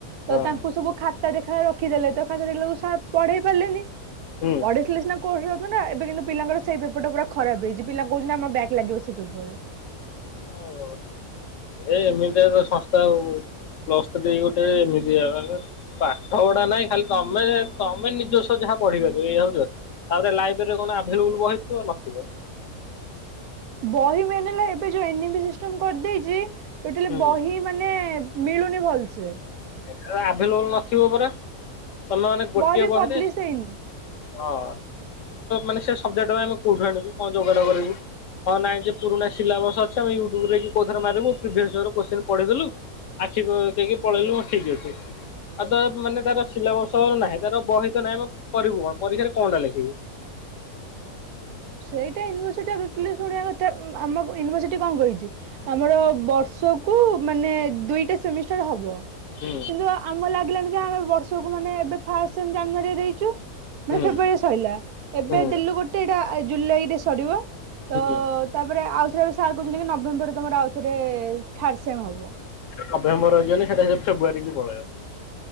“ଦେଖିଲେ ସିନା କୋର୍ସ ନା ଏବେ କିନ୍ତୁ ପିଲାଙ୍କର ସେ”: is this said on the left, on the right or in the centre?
Right